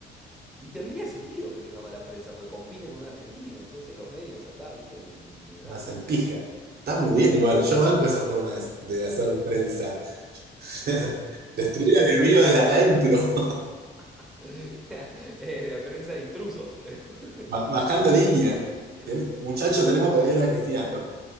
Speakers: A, in the centre; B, on the right.
A: Y tendría sentido que tenga mala prensa, porque compite con un argentino, entonces los medios acá, ¿viste? Le, le dan.
B: Lo hacen pija. Está
A: <laughs>
B: muy bien igual. Yo banco esa forma de, de hacer prensa. <laughs> Destruir al
A: Medio
B: enemigo
A: real.
B: desde adentro.
A: <laughs> Eh, la prensa de intrusos. <laughs>
B: <laughs> Ba- Bajando línea.
A: Sí.
B: Ten- muchacho, tenemos que odiar a Cristiano.